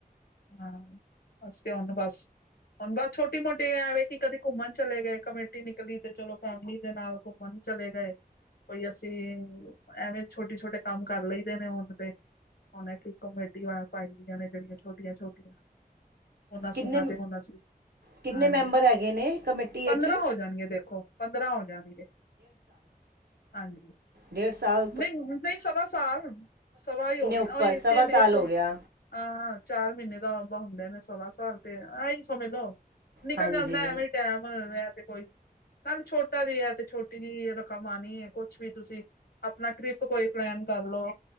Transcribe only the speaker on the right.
ਕਿੰਨੇ
ਕਿੰਨੇ
ਮੈਂਬਰ ਹੈਗੇ ਨੇ ਕਮੇਟੀ
ਵਿੱਚ
ਡੇਢ ਸਾਲ
ਉੱਪਰ
ਸਵਾ
ਸਾਲ
ਹੋ ਗਿਆ
ਹਾਂਜੀ